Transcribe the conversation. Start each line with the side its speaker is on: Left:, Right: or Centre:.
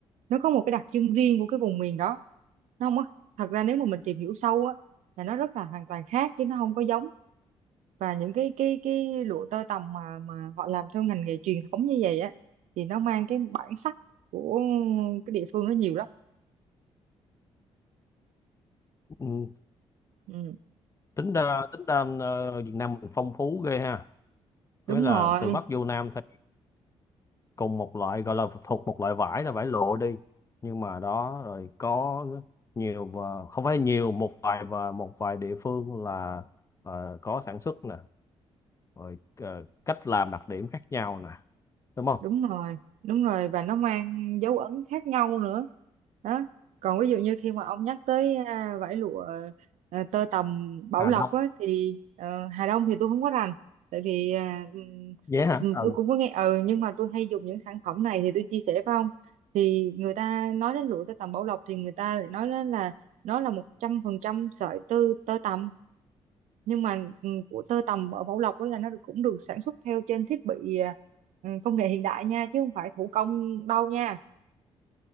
Right: nó có một cái đặc trưng riêng của cái vùng miền đó nó không có thật ra nếu mà mình tìm hiểu sâu á là nó rất là hoàn toàn khác chứ nó không có giống và những cái cái cái lụa tơ tằm mà mà họ làm theo ngành nghề truyền thống như vậy á thì nó mang cái bản sắc của cái địa phương nó nhiều lắm
Left: Ừ,
Right: ừ,
Left: tính ra tính ra ờ, Việt Nam mình phong phú ghê ha
Right: đúng
Left: nghĩa là
Right: rồi
Left: từ Bắc vô Nam thì cùng một loại gọi là thuộc một loại vải là vải lụa đi nhưng mà đó rồi có nhiều và không phải nhiều một vài và một vài địa phương là ờ, có sản xuất nè rồi ờ, cách làm đặc điểm khác nhau nè đúng không
Right: đúng rồi đúng rồi và nó mang dấu ấn khác nhau nữa đó còn ví dụ như khi mà ông nhắc tới à, vải lụa à, tơ tằm Bảo
Left: Hà
Right: Lộc
Left: Đông
Right: á thì ờ, Hà Đông thì tôi không có rành tại vì à,
Left: vậy hả
Right: ừm,
Left: ừ.
Right: tôi cũng có nghe ừ nhưng mà tôi hay dùng những sản phẩm này thì tôi chia sẻ với ông thì người ta nói đến lụa tơ tằm Bảo Lộc thì người ta lại nói đến là nó là một trăm phần trăm sợi tơ tơ tằm nhưng mà ừ, của tơ tằm ở Bảo Lộc đó là nó được- cũng được sản xuất theo trên thiết bị à, ừ, công nghệ hiện đại nha chứ không phải thủ công đâu nha